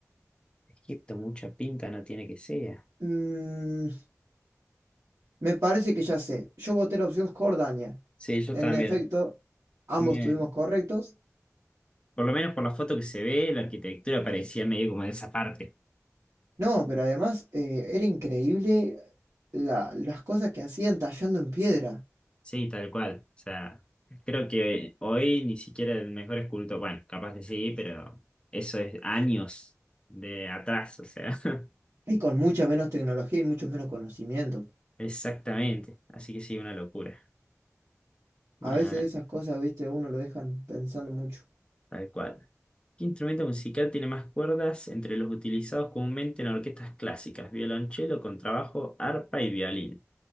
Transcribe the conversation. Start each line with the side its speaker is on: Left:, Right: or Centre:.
Left: Egipto mucha pinta no tiene que sea.
Right: Mm, Me parece que ya sé. Yo voté la opción Jordania.
Left: Sí, yo
Right: En
Left: también.
Right: efecto, ambos
Left: Me-
Right: estuvimos correctos.
Left: Por lo menos por la foto que se ve, la arquitectura parecía medio como de esa parte.
Right: No, pero además eh, era increíble la- las cosas que hacían tallando en piedra
Left: Sí, tal cual. O sea, creo que hoy ni siquiera el mejor escultor, bueno, capaz que sí, pero eso es años de atrás, o sea. <laughs>
Right: y con mucha menos tecnología y mucho menos conocimiento.
Left: Exactamente, así que sí, una locura. Bien,
Right: A veces
Left: a ver,
Right: esas cosas, viste, uno lo dejan pensando mucho.
Left: tal cual. ¿Qué instrumento musical tiene más cuerdas entre los utilizados comúnmente en orquestas clásicas? Violonchelo, contrabajo, arpa y violín.